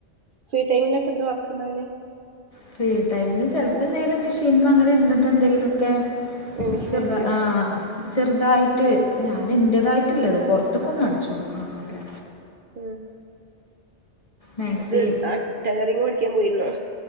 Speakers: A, on the right; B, on the left.
A: ഫ്രീ ടൈമിനൊക്കെ എന്താ വർക്ക് ഉണ്ടാവില്ലേ?
B: ഫ്രീ ടൈമിൽ ചിലപ്പോ എന്തെങ്കിലും മെഷീൻ അങ്ങനെ ഇരുന്നിട്ട് എന്തെലുമൊക്കെ.
A: മെഷീൻ
B: ചെറുതാ
A: അടിക്കോ
B: ആഹ് ചെറുതായിട്ട്, ഞാൻ എൻ്റെതായിട്ടില്ലത് പുറത്തേക്കൊന്നും അടിച്ചു കൊടുക്കണൊന്നുമില്ല.
A: <inaudible>
B: മാക്സി
A: ഇത് ആഹ് ട്ടയറിങ് പഠിക്കാൻ പോയിരുന്നോ